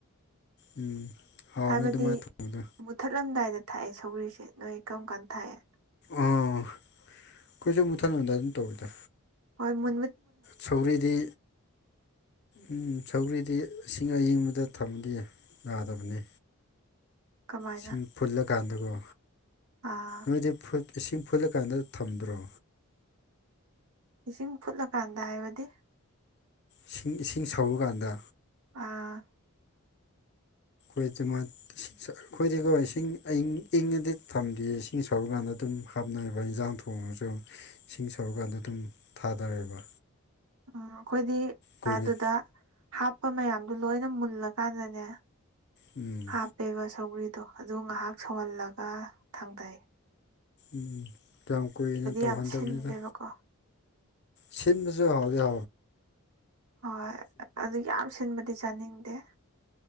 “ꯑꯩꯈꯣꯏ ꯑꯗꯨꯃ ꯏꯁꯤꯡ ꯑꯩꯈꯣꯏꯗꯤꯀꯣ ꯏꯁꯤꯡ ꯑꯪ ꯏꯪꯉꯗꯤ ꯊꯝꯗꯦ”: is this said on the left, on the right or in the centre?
Left